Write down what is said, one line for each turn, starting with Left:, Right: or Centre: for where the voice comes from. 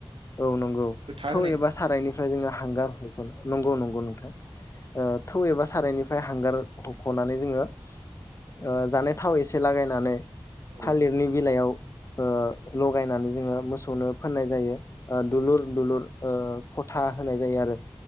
Left: औ नंगौ
Right: फोथा
Left: थौ
Right: होनायाव
Left: एबा सारायनिफ्राय जोंनो हांगार हगोन नंगौ नंगौ नोंथां थौ एबा सारायनिफ्राय हांगार हख'नानै जोङो ओ जानाय थाव एसे लागायनानै
Right: औ
Left: थालिरनि बिलाइयाव ओ लगायनानै जोङो मोसौनो फोननाय जायो दुलुर
Right: औ
Left: दुलुर ओ फथा होनाय जायो आरो